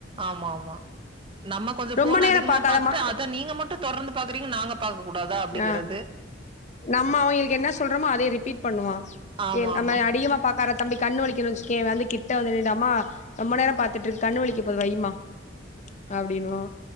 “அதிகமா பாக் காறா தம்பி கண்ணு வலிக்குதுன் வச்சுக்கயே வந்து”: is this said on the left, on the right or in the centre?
Left